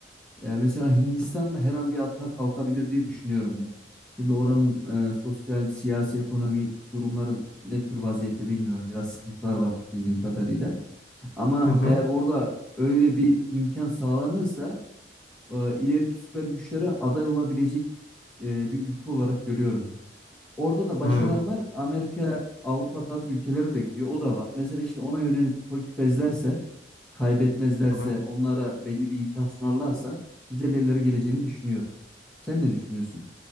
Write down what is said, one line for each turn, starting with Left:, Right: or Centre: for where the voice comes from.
Centre: e, mesela Hindistan'da her an bir atağa kalkabilir diye düşünüyorum ben. Şimdi oranın e, sosyal, siyasi, ekonomik durumların ne tür vaziyette bilmiyorum. Biraz sıkıntılar var bildiğim kadarıyla. Ama
Left: Hı hı,
Centre: eğer orada öyle bir imkan sağlanırsa e, ileriki süper güçlere aday olabilecek e, bir ülke olarak görüyorum ben. Orada da başaranlar
Left: hı hı.
Centre: Amerika, Avrupa tarzı ülkelere de gidiyor. O da var. Mesela işte ona yönelik politika izlerse kaybetmezlerse,
Left: hı.
Centre: onlara belli bir imkan sunarlarsa güzel yerlere geleceğini düşünüyorum. Sen ne düşünüyorsun?